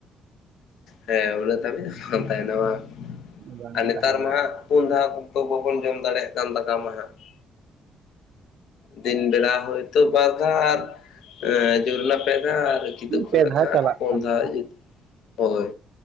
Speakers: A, on the left (about 80°); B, on the right (about 70°).
A: ᱦᱮᱸ ᱩᱱᱟᱜ ᱫᱷᱟᱹᱵᱤᱡ ᱫᱚ ᱵᱟᱝ ᱛᱟᱦᱮᱸᱱᱟ ᱵᱟᱝ?
B: ᱵᱟᱝ
A: ᱟᱨ ᱱᱮᱛᱟᱨ
B: ᱛᱟᱦᱮᱱᱟ
A: ᱢᱟ ᱦᱟᱸᱜ ᱯᱩᱱ ᱫᱷᱟᱣ ᱛᱚ ᱵᱟᱵᱚᱱ ᱡᱚᱢ ᱫᱟᱲᱮ ᱭᱟᱜ ᱠᱟᱱ ᱫᱟᱠᱟ ᱢᱟ ᱦᱟᱸᱜ ᱾ ᱫᱤᱱ ᱵᱮᱲᱟ ᱦᱚᱭ ᱛᱚ ᱵᱟᱨ ᱫᱷᱟᱣ ᱟᱨ ᱟᱸᱻ ᱡᱳᱨᱞᱟ ᱯᱮ ᱫᱷᱟᱣ ᱟᱨ ᱠᱤᱫᱩᱜ ᱫᱚ
B: ᱯᱮ
A: ᱢᱤᱫ ᱫᱷᱟᱣ
B: ᱪᱟᱞᱟᱜ
A: ᱯᱩᱱ
B: ᱠᱟᱱᱟ
A: ᱫᱷᱟᱣ <unintelligible> ᱦᱚᱭ